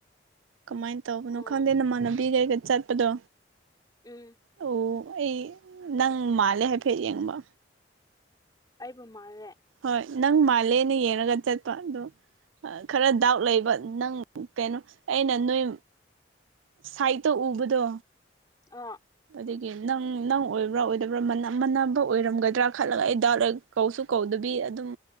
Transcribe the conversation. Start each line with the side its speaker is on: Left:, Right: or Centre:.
Right: ꯀꯃꯥꯏꯅ ꯇꯧꯕꯅꯣ
Left: ꯎꯝ
Right: ꯈꯪꯗꯦ ꯅꯃꯥꯟꯅꯕꯤ ꯀꯩꯒ ꯆꯠꯄꯗꯣ
Left: ꯎꯝ
Right: ꯑꯣ ꯑꯩ ꯅꯪ ꯃꯥꯜꯂꯦ ꯍꯥꯏꯐꯦꯠ ꯌꯦꯡꯕ
Left: ꯑꯩꯕꯨ ꯃꯥꯜꯂꯦ
Right: ꯍꯣꯏ ꯅꯪ ꯃꯥꯂꯦꯅ ꯌꯦꯉꯒꯠꯇ ꯑꯗꯣ ꯈꯔ ꯗꯥꯎꯠ ꯂꯩꯕ ꯅꯪ ꯀꯩꯅꯣ ꯑꯩꯅ ꯅꯣꯏ ꯁꯥꯏꯠꯇ ꯎꯕꯗꯣ
Left: ꯑ
Right: ꯑꯗꯒꯤ ꯅꯪ ꯅꯪ ꯑꯣꯏꯕ꯭ꯔꯥ ꯑꯣꯏꯗꯕ꯭ꯔꯥ ꯃꯅ ꯃꯅꯕ ꯑꯣꯏꯔꯝꯒꯗ꯭ꯔꯥ ꯈꯜꯂꯒ ꯑꯩ ꯗꯥꯜ ꯑꯣꯏ ꯀꯧꯁꯨ ꯀꯧꯗꯕꯤ ꯑꯗꯨꯝ